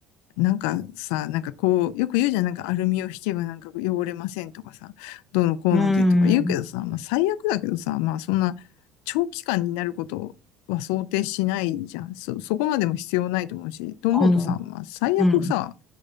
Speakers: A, on the left (about 85°); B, in the centre.
A: なんかさ、なんかこう、よく言うじゃん、なんかアルミを引けばなんか汚れませんとかさ、どうのこうのでとか言うけどさ、
B: うん、
A: まあ最悪だけどさ、まあそんな長期間になることは想定しないじゃん。そ、そこまでも必要ないと思うし、と思うとさ、
B: あの、
A: まあ最悪さ、
B: うん。